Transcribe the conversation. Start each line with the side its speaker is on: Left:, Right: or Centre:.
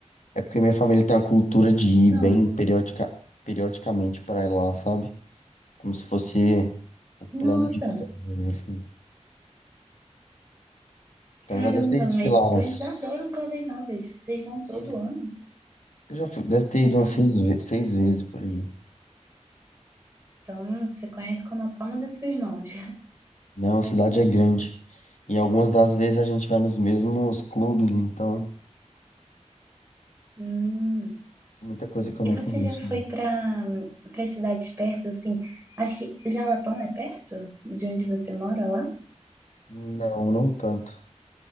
Left: É porque minha família tem a cultura de ir
Right: Nossa.
Left: bem periodica, periodicamente pra lá, sabe? Como se fosse o plano
Right: Nossa,
Left: de férias, assim. Então
Right: caramba,
Left: já deve ter ido,
Right: mas
Left: sei lá,
Right: então
Left: umas.
Right: eles adoram Caldas Novas. Vocês vão
Left: assim,
Right: todo ano?
Left: Eu já fui, deve ter ido
Right: Caramba.
Left: umas seis, ve- seis vezes por aí.
Right: Então você conhece como a palma das suas mãos.
Left: Não, a cidade é grande. E algumas das vezes a gente vai nos mesmos clubes, então.
Right: Hum.
Left: Muita coisa que eu
Right: E
Left: não
Right: você
Left: conheço,
Right: já foi
Left: não.
Right: para para cidades perto, assim? Acho que Jalapão é perto de onde você mora lá?
Left: Não, não tanto.